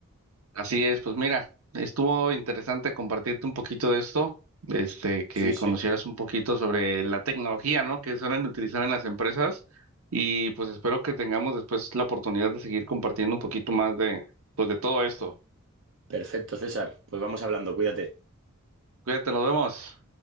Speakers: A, on the right; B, on the right.
A: Así es, pues mira, estuvo interesante compartirte un poquito de esto, este, que
B: Sí, sí.
A: conocieras un poquito sobre la tecnología, ¿no? Que suelen utilizar en las empresas y pues espero que tengamos después la oportunidad de seguir compartiendo un poquito más de, pues de todo esto.
B: Perfecto, César. Pues vamos hablando, cuídate.
A: Cuídate, nos vemos.